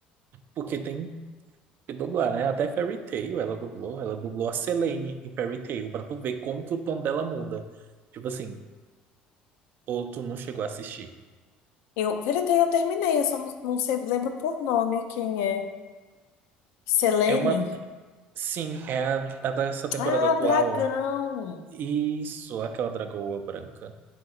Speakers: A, on the right; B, on the left.
A: porque tem que dublar, né? Até Fairy Tail ela dublou, ela dublou a Selene em Fairy Tail, pra tu ver como que o tom dela muda. Tipo assim, ou tu não chegou a assistir.
B: Eu, Veritei, eu terminei, eu só não, não sei, lembro por nome quem é. Selene?
A: É uma. Sim, é a, a dessa temporada
B: Ah,
A: atual.
B: Dragão.
A: Isso, aquela dragoa branca.